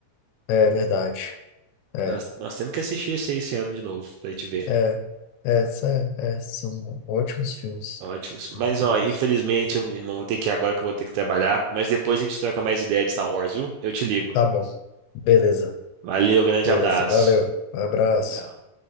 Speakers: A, on the left; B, on the right.
A: é verdade. É,
B: Nós, nós temos que assistir esse, esse ano de novo pra gente ver.
A: é, é, sa- é, é, são ótimos filmes.
B: Ótimos.
A: São
B: Mas,
A: muito
B: ó,
A: bons.
B: infelizmente, eu, irmão, vou ter que ir agora que eu vou ter que trabalhar. Mas depois a gente troca mais ideia de Star Wars, viu? Eu te ligo.
A: Tá bom. Beleza,
B: Valeu, grande
A: beleza.
B: abraço.
A: Valeu. Um abraço.
B: Tchau.